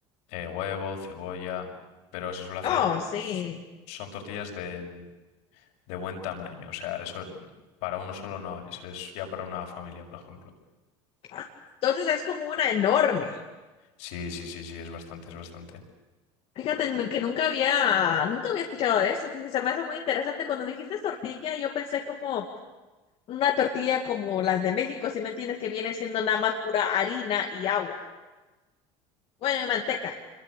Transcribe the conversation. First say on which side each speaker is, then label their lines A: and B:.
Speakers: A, on the left (about 75°); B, on the left (about 50°).
A: Eh, huevo, cebolla, pero se suele hacer,
B: Oh, sí.
A: s- son tortillas de, mm, de buen tamaño. O sea, eso para uno solo no es, es ya para una familia, por ejemplo.
B: Ah, Entonces es como una enorme.
A: Sí, sí, sí, sí, es bastante, es bastante.
B: Fíjate nu- que nunca había, nunca había escuchado de eso. Fíjese, me hace muy interesante. Cuando dijiste tortilla, yo pensé como una tortilla como las de México, si me entiendes, que viene siendo nada más pura harina y agua. Bueno, y manteca.